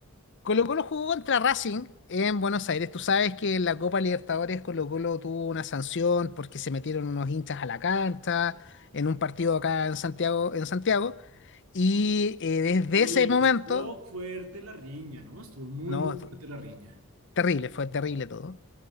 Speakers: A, on the left (about 55°); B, on the right (about 70°).
A: Colo Colo jugó contra Racing en Buenos Aires. Tú sabes que en la Copa Libertadores Colo Colo tuvo una sanción porque se metieron unos hinchas a la cancha en un partido acá en Santiago, en Santiago. Y eh, desde
B: Sí,
A: ese momento,
B: estuvo fuerte la riña, ¿no? Estuvo muy,
A: no,
B: muy fuerte la riña.
A: terrible, fue terrible todo.